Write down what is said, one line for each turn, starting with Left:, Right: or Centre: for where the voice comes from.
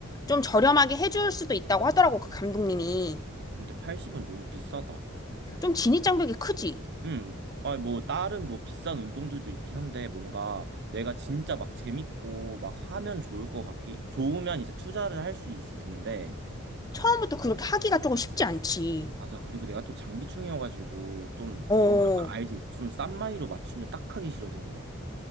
Left: 좀 저렴하게 해줄 수도 있다고 하더라고 그 감독님이.
Right: 근데 80은 너무 비싸다.
Left: 좀 진입 장벽이 크지?
Right: 음, 아니 뭐 다른 뭐 비싼 운동들도 있긴 한데 뭔가 내가 진짜 막 재밌고 막 하면 좋을 것 같기 좋으면 이제 투자를 할 수 있을 텐데
Left: 처음부터 그렇게 하기가 조금 쉽지 않지.
Right: 맞아 그리고 내가 또 장비충이어가지고 좀
Left: 음.
Right: 뭐랄까
Left: 어.
Right: 알지 좀 싼 마이로 맞추면 딱 하기 싫어지는 거.